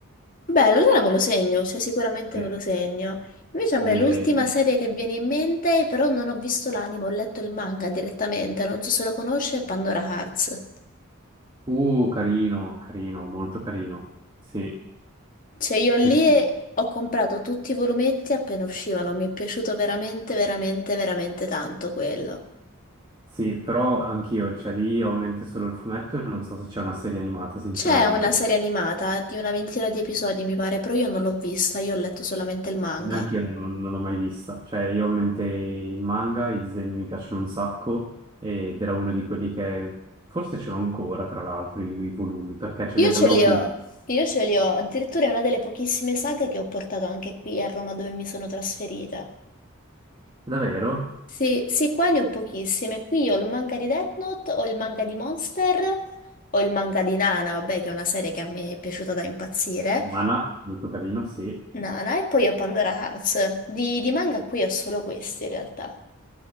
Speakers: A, on the left; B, on the right.
A: Bello, allora me lo segno, cioè sicuramente
B: E-
A: me lo segno. Invece a me
B: e-
A: l'ultima serie che viene in mente, però non ho visto l'anime, ho letto il manga direttamente, non so se lo conosce, è Pandora Hearts.
B: Uh, carino, carino, molto carino. Sì,
A: Cioè io lì
B: sì, sì.
A: ho comprato tutti i volumetti appena uscivano, mi è piaciuto veramente, veramente, veramente tanto quello.
B: Sì, però anch'io, cioè lì ho in mente solo il fumetto e non so se c'è una serie animata, sinceramente.
A: C'è una serie animata di una ventina di episodi, mi pare, però io non l'ho vista, io ho letto solamente il manga.
B: Neanche io non, non l'ho mai vista. Cioè, io ho in mente il manga, i disegni mi piacciono un sacco ed era uno di quelli che forse ce l'ho ancora, tra l'altro, i, i volumi, perché ce li
A: Io
B: avevo
A: ce li
B: anche
A: ho,
B: io.
A: io ce li ho, addirittura è una delle pochissime saghe che ho portato anche qui a Roma dove mi sono trasferita.
B: Davvero?
A: Sì, sì, qua ne ho pochissime. Qui ho il manga di Death Note, ho il manga di Monster, ho il manga di Nana, vabbè, che è una serie che a me è piaciuta da impazzire.
B: Mana, molto carino, sì.
A: Nana, e poi ho Pandora Hearts. Di, di manga qui ho solo questi in realtà.